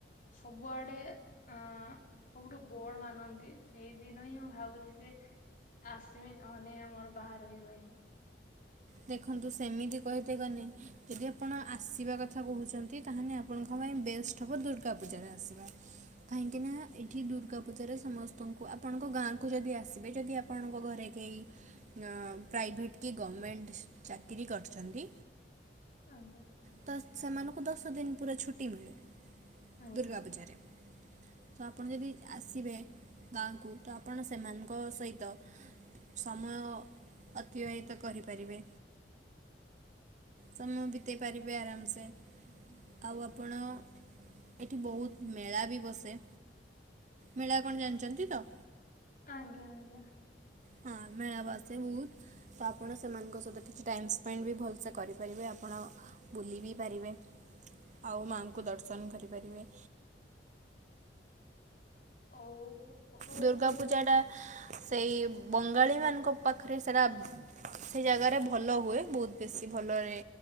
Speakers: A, on the left; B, on the right.
A: ସବୁଆଡ଼େ ଆଁ ସବୁଠୁ ବୋଡ ମାନନ୍ତି ସେଇଦିନ ହିଁ ମୁଁ ଭାବୁଚି ଯେ ଆସିବି ନହେନେ ଆମର ବାହାରେ ହି ରହିମି।
B: ଦେଖନ୍ତୁ ସେମିତି କହିତେ ଗନେ ଯଦି ଆପଣ ଆସିବା କଥା କୋହୁଚନ୍ତି ତାହେନେ ଆପଣଙ୍କ ପାଇଁ ବେଷ୍ଟ ହବ ଦୁର୍ଗା ପୂଜାରେ ଆସିବା। କାହିଁକି ନା ଏଠି ଦୁର୍ଗା ପୂଜାରେ ସମସ୍ତଙ୍କୁ ଆପଣଙ୍କ ଗାଁଙ୍କୁ ଯଦି ଆସିବେ ଯଦି ଆ ପଣଙ୍କ ଘରେ କେହି ଅଁ ପ୍ରାଇଭେଟ୍ କି ଗମେଣ୍ଟ ଚାକିରି କରଛନ୍ତି
A: ଆଜ୍ଞା
B: ତ ସେମାନୁଙ୍କୁ ଦଶ ଦିନ ପୁରା ଛୁ ଟି ମିଳେ
A: ଆଜ୍ଞା
B: ଦୁର୍ଗାପୂଜାରେ। ତ ଆପଣ ଯଦି ଆସିବେ ଗାଁକୁ ତ ଆପଣ ସେମାନଙ୍କ ସହିତ ସମୟ ଅତିବାହିତ କରିପାରିବେ। ସମୟ ବିତେଇ ପାରିବେ ଆରାମସେ। ଆଉ ଆପଣ ଏଠି ବହୁତ ମେଳା ବି ବସେ। ମେଳା କଣ ଜାଣିଚନ୍ତି ତ?
A: ଆଜ୍ଞା ଆଜ୍ଞା।
B: ହଁ ମେଳା ବସେ ବୋହୁତ। ତ ଆପଣ ସେମାନଙ୍କ ସହିତ କିଛି ଟାଇମ୍ ସ୍ପେଣ୍ଡ ବି ଭଲସେ କରିପାରିବେ ଆପଣ ବୁଲି ବି ପାରିବେ ଆଉ ମାଆଙ୍କୁ ଦର୍ଶନ କରିପାରିବେ।
A: ହଉ ହଉ
B: ଦୁର୍ଗା ପୂଜାଟା ସେଇ ବଙ୍ଗାଳୀମାନଙ୍କ ପାଖରେ ସେରା ସେ ଜାଗାରେ ଭଲ ହୁଏ ବୋହୁତ ବେଶୀ ଭଲରେ